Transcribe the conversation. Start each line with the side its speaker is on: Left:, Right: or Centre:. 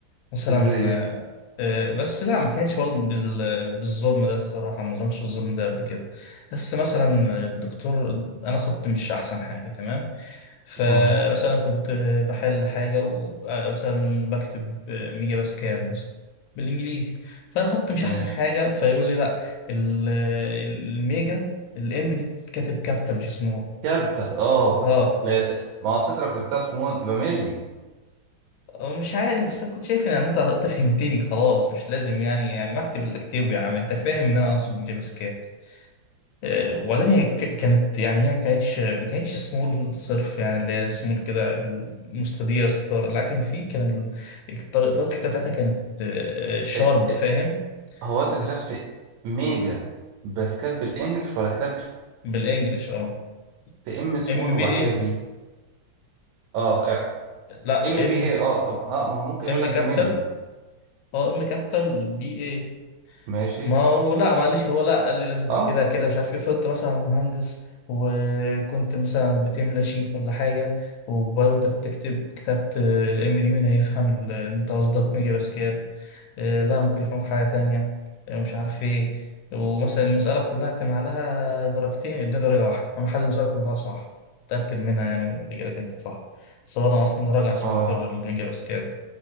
Left: مثلا
Right: زي ايه
Left: آه، آه، بس لا ما كانش برضه بال- بالظلم ده الصراحة ما ظلمش الظلم ده قبل كده بس مثلا الدكتور أنا خطي مش أحسن حاجة تمام فمثلا
Right: اه
Left: كنت بحل حاجة ومثلا بكتب آه، ميجا باسكال مثلا بالإنجليزي فأنا خطي مش
Right: ماشي
Left: أحسن حاجة فيقول لي لا ال- الميجا الام دي بتتكتب كابيتال مش سمول
Right: كابيتال اه
Left: اه
Right: لا يت... ما هو أصل انت لو كتبتها سمول تبقى ملي
Left: مش عارف بس أنا كنت شايف ان يعني انت انت فهمتني خلاص مش لازم يعني يعني ما اكتب اللي اكتبه يا عم انت فاهم ان انا اقصد جافا سكريبت آه، وبعدين هي ك- كانت يعني هي ما كانتش ما كانتش سمول صرف يعني اللي هي سمول كده مستديره الستار لا كان في كان ال- الطريقه طريقة الكتابه بتاعتها كانت شارب
Right: ات... ات...
Left: فاهم
Right: هو انت
Left: بس
Right: كتبت ميجا باسكال بالانجلش ولا كتبت
Left: بالانجلش اه
Right: ده ام سمول
Left: ام
Right: وبعد
Left: بي اي
Right: كده بي اه يعني
Left: لا
Right: ام بي
Left: ام
Right: ايه اه طب اه ما هو ممكن يقول
Left: ام
Right: لك
Left: كابيتال
Right: دي ملي
Left: اه ام كابيتال بي
Right: ماشي
Left: ما هو لا معلش هو لا قال لي لازم تكتبها
Right: اه
Left: كده مش عارف ايه فضلت مثلا مهندس وكنت مثلا بتملى شيت ولا حاجة وبرضه انت بتكتب كتبت الام دي مين هيفهم ال- انت قصدك ميجا باسكال آه، لا ممكن يفهمك حاجة تانية آه، مش عارف ايه ومثلا المسألة كلها كان عليها درجتين اديني درجة واحدة انا حل المسألة كلها صح متأكد منها يعني الإجابة كانت صح بس هو أنا أصلا درجة عشان
Right: اه
Left: خاطر الميجا باسكال